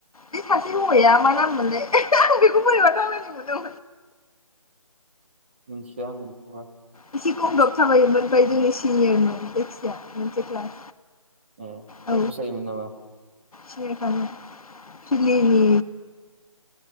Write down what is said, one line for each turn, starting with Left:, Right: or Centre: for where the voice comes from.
Left: बे सासे हौवाया मा नाम मोनलै आं बेखौ बोरैबा थाबायनाय मोनो
Right: मिनथिया आं बिखौबा
Left: एसे गंदब थाबायोमोन ओमफ्राय जोंनि सिनियरमोन जायखिजाया मोनसे क्लास।
Right: ए नों
Left: औ
Right: फसायोमोन नामा
Left: <inaudible> फिलिनि